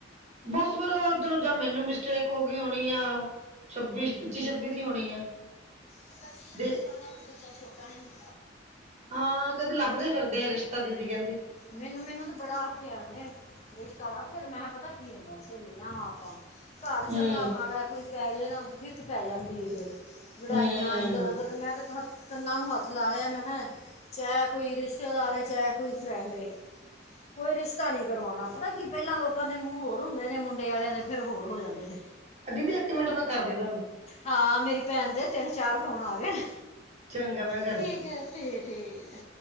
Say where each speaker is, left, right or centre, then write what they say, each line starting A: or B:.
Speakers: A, on the right (about 35°); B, on the left (about 35°).
A: ਬਸ ਫਿਰ, ਜਾਂ ਮੈਨੂੰ ਮਿਸਟੇਕ ਹੋ ਗਈ ਹੋਣੀ ਆ ਛੱਬੀ ਪੱਚੀ ਛੱਬੀ ਦੀ ਹੋਣੀ ਆ।
B: ਤੇ ਪੱਚੀ ਛੱਬੀ
A: ਦੇ
B: ਸਾਲ ਨਾਲ ਕੋਈ ਬੱਚਾ ਛੋਟਾ ਨੀ ਹੁੰਦਾ।
A: ਹਾਂ, ਕਹਿੰਦੀ ਲੱਭਦੇ ਫਿਰਦੇ ਆ ਰਿਸ਼ਤਾ ਦੀਦੀ ਕਹਿੰਦੇ।
B: ਮੈਨੂੰ ਮੈਨੂੰ ਤਾਂ ਬੜਾ ਆਖਿਆ ਉਹਨੇ ਰਿਸ਼ਤਾ ਦਾ ਫੇਰ ਮੈਂ ਕਿਹਾ ਪਤਾ ਕੀ ਹੁੰਦਾ ਸਹੇਲੀਆਂ ਵਾਂ ਆਪਾਂ ਘਰ
A: ਹੂੰ
B: ਚੰਗਾ ਮਾੜਾ ਕੋਈ ਕਹਿ ਜਾਵੇ ਨਾ ਫਿੱਕ ਪੈ ਜਾਂਦੀ ਐ ਫਿਰ। ਲੜਾਈਆਂ
A: ਹੂੰ
B: ਇੱਧਰ ਉਧਰ ਮੈਂ ਕਿਹਾ ਕੰਨਾਂ ਨੂੰ ਹੱਥ ਲਾ ਲਿਆ ਮੈਂ ਕਿਹਾ ਚਾਹੇ ਕੋਈ ਰਿਸ਼ਤੇਦਾਰ ਐ ਚਾਹੇ ਕੋਈ ਫਰੈਂਡ ਕੋਈ ਰਿਸ਼ਤੇ ਨੀ ਕਰਵਾਣਾ ਪਤਾ ਕੀ ਪਹਿਲਾਂ ਲੋਕਾਂ ਦੇ ਮੂੰਹ ਹੋਰ ਹੁੰਦੇ ਨੇ ਮੁੰਡੇ ਵਾਲਿਆਂ ਦੇ ਫੇਰ ਹੋਰ ਹੋ ਜਾਂਦੇ ਨੇ।
A: ਦੀਦੀ ਇੱਕ ਮਿੰਟ ਮੈਂ ਕਰਦੀ ਤੁਹਾਨੂੰ
B: ਹਾਂ, ਮੇਰੀ ਭੈਣ ਦੇ ਤਿੰਨ ਚਾਰ ਫੋਨ ਆ ਗਏ ਨੇ।
A: ਚੰਗਾ ਮੈਂ ਕਰਦੀ
B: ਠੀਕ ਹੈ ਠੀਕ ਠੀਕ।